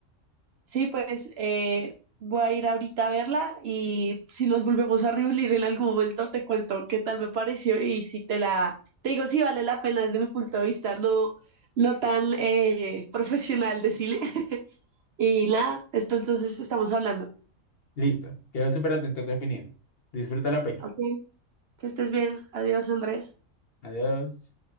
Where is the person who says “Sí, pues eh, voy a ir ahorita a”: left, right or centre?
Right